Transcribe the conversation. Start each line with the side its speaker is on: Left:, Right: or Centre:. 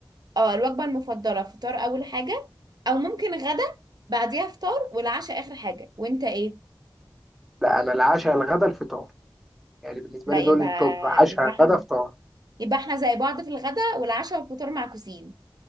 Right: اه الوجبه المفضله فطار اول حاجه او ممكن غدا بعديها فطار والعشاء اخر حاجه وانت ايه
Centre: لا أنا العشاء الغدا الفطار يعني بالنسبة
Right: لا
Centre: لي
Right: يبقى
Centre: دول التوب عشاء
Right: يبقى احنا
Centre: غدا فطار
Right: يبقى احنا زي بعض في الغداء والعشاء والفطار معكوسين